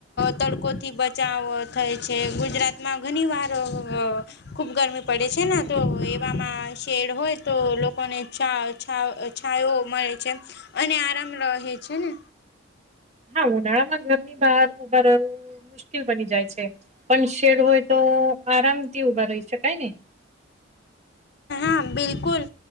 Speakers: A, on the left (about 50°); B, on the right (about 35°).
A: તડકોથી બચાવ થાય છે ગુજરાતમાં ઘણી વાર <unintelligible> <inaudible> ખુબ ગરમી પડે છે ને તો એવામાં શેડ હોય તો લોકોને ચા છ છાયો મળે છે અને આરામ રહે છે ને
B: હા ઉનાળામાં ઘર ની બહાર ઊભા રહવું મુશ્કેલ બની જાય છે પણ શેડ હોય તો આરામથી ઉભા રહી શકાય ને <inaudible>
A: હા બિલકુલ